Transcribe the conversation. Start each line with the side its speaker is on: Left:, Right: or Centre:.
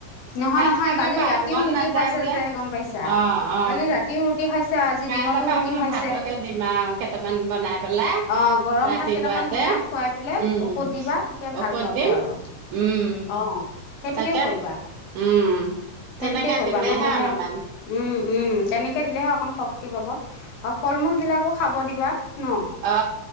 Left: নহয়
Right: ভাত
Left: নহয়
Right: খাব
Left: কালি
Right: পা
Left: ৰাতিও
Right: মন
Left: ৰুটি
Right: নাযায়
Left: খাইছে যে গ'ম পাইছা,
Right: অ', অ',
Left: কালি ৰাতিও ৰুটি খাইছে, আজি
Right: কাইলৈ
Left: দিনতো
Right: পৰা
Left: ৰুটি
Right: বোলো
Left: খাইছে।
Right: ভাতকে দিম আৰু কেইটামান বনাই পেলাই।
Left: অ' গৰম
Right: ৰাতিপুৱাতে,
Left: ভাত কেইটামান বনাই খোৱাই পেলাই
Right: উম,
Left: ঔষধ দিবা তেতিয়া
Right: ঔষধ
Left: ভাল পাব
Right: দিম,
Left: আৰু,
Right: উম।
Left: অ'। সেইটোকে
Right: তাকে,
Left: কৰিবা
Right: উম,
Left: সেইটোকে
Right: তেনেকে
Left: কৰিবা
Right: অতিলেহে
Left: নহ'লে
Right: অলপমান
Left: উম উম তেনেকে দিলেহে অকণ শক্তি পাব, আৰু ফল মূল বিলাকো খাব দিবা। ন
Right: অ